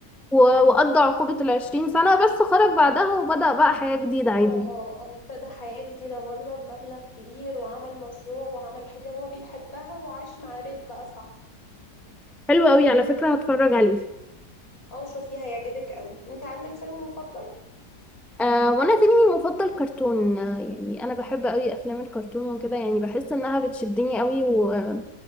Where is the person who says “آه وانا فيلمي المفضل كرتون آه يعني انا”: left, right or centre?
Centre